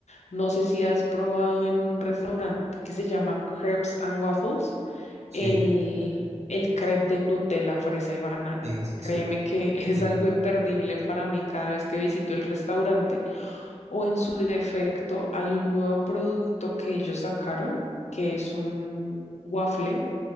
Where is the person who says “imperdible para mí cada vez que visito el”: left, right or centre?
Left